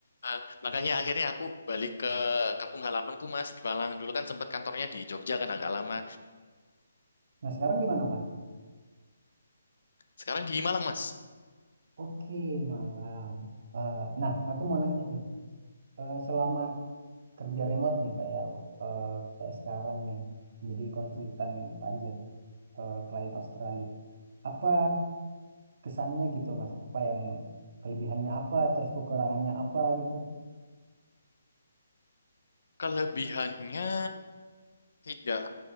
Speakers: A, on the left; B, on the right.
A: eh, makanya akhirnya aku balik ke kampung halamanku Mas di Malang. Dulu kan sempat kantornya di Jogja kan agak lama.
B: Nah, sekarang di mana, Mas?
A: Sekarang di Malang Mas.
B: Oke, malam. Eh, nah, aku mau nanya nih. Eh, selama kerja remote nih kayak eh, kayak sekarang nih jadi konsultan pajak eh, klien Australia. Apa kesannya gitu mas apa yang kelebihannya apa terus kekurangannya apa gitu
A: Kelebihannya tidak.